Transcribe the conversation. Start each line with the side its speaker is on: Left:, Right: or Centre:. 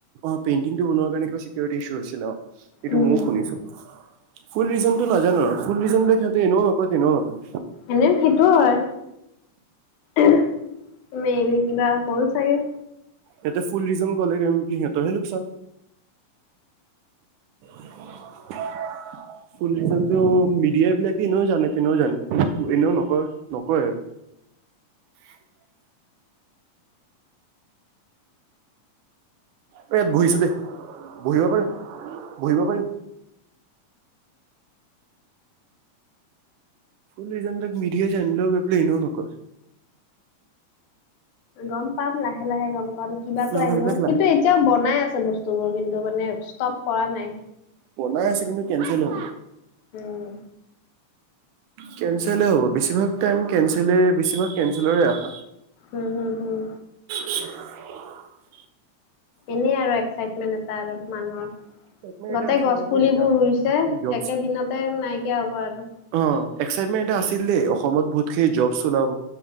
Right: অ পেইণ্টিংটো বনোৱাৰ কাৰণে কিবা চিকিউৰিটি ইছু আছিল অ। এইটো
Left: উম
Right: ময়ও শুনিছো ফুল ৰিজন টো নাজানো আৰু। ফুল ৰিজন বিলাক সিহঁতে এনও নকয় তেনেও নকয়।
Left: এনে সেইটো হয় <unintelligible> মে বি কিবা হ'ল চাগে?
Right: ইহতে ফুল ৰিজন কলে সিহঁতৰহে লোকচান। <inaudible> চো মিডিয়াবিলাকে এনেও জানে তেনেও জানে এনেও নকয় নকয় আৰু <unintelligible> <inaudible> এ ইয়াত বহিছো দেই বহিব পাৰিম বহিব পাৰিম? ফুল ৰিজান বিলাক মিডিয়া <unintelligible> এনো নকয়
Left: গম পাম লাহে লাহে গম পাম কিবাটো
Right: অ',
Left: আহিব।
Right: এইবিলাক লাই
Left: কিন্তু এতিয়াও বনাই আছে বস্তু বোৰ কিন্তু মানে পৰা নাই
Right: বনাই আছে কিন্তু কেনঞ্চেল হ'ল।
Left: উম।
Right: কেঞ্চেলে হ'ব বেছিভাগ টাইম কেনচেলে বেছিভাগ কেনচেলৰে আশা।
Left: উম হম হম
Right: <inaudible>
Left: এনেই আৰু এক্সাইটমেণ্ট এটা আৰু মানুহৰ।
Right: এক্সাইটমেণ্ট
Left: গোটেই
Right: এটা আছিল
Left: গছ
Right: দেই
Left: পুলিবোৰ
Right: যে অসমত
Left: ৰুইছে
Right: জব
Left: একেদিনতে নাইকিয়া হ'ব আৰু
Right: অ' এক্সাইটমেণ্ট এটা আছিল দেই অসমত বহুতখিনি জব চব পাবলৈ